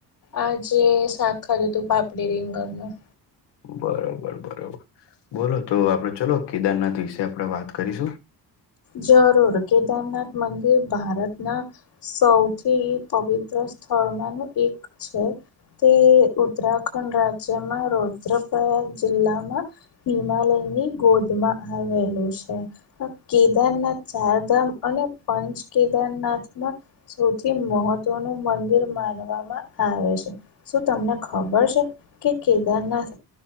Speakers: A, on the left; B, on the left.
A: આજે શાક ખાધુંતું પાપડી રીંગણનું
B: બરોબર બરોબ બોલો તો આપડે ચલો કેદારનાથ વિશે આપડે વાત કરીશું.
A: જરૂર કેદારનાથ મંદિર ભારતના સૌથી પવિત્ર સ્થળમાંનું એક છે. તે ઉત્તરાખંડ રાજ્યમાં રૌદ્રપ્રયાગ જીલ્લામાં હિમાલયની ગોદમાં આવેલુ છે <inaudible> કેદારનાથ ચારધામ અને પંચ કેદારનાથમાં સૌથી મહત્વનું મંદિર માનવામાં આવે છે. શું તમને ખબર છે કે કેદારનાથ